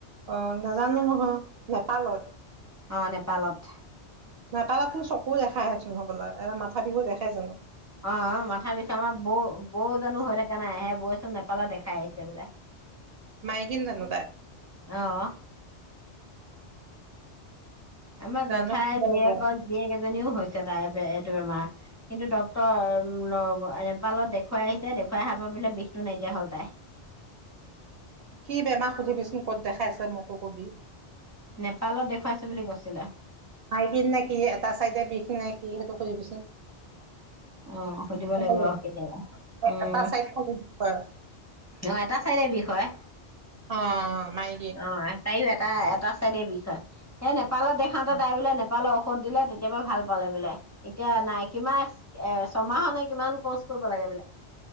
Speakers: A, on the right (about 65°); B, on the left (about 15°).
A: অ নাজানো নহয় নেপালত?
B: অ নেপালত।
A: নেপালত তোন চকু দেখাই হেঁন হবলা এটা মাথা বিষ দেখাই জানো?
B: অ মাথা পিছ আমাৰ বৌ বৌ জানো হৈ থাককা নাই' সে বৌচোন নেপালও দেখাই আহিছে বোলে। <inaudible>
A: মাইগিন জনুদা
B: অ' আমাৰ
A: জানো
B: জেঠাই
A: সুধিব
B: জীয়েকৰ
A: লাগিব
B: জীয়েক এজনীও হৈছে তাই এইটো আমাৰ কিন্তু ডক্টৰ নেপালত দেখুৱাই আহিছে, দেখুৱাই আহাপা বোলে বিষটো নাইকিয়া হ'ল তাই।
A: কি বেমাৰ সুধিবিচোন ক'ত দেখাই আছে মোকো কবি।
B: নেপালত দেখুৱাইছে বুলি কৈছিলে।
A: মাইকিন নে কি এটা চাইডে বিষ নে কি সেইটো কইবিচোন।
B: অ সুধিব লাগিব
A: ভ
B: ৰ কেতিয়াবা উম
A: এটা চাইট <unintelligible> হয়।
B: অ এটা চাইডে বিষ হয়।
A: অ মাই
B: অ তাইও এটা এটা চাইডৰ বিষ হয় এই নেপালত দেখাওঁতে
A: অ
B: তাই বোলে পালে ঔষধ দিলে তেতিয়াপা ভাল পালে বোলে এতিয়া নাইকি মাই এ ছমাহ নে কিমান কচ কৰিব লাগে বোলে।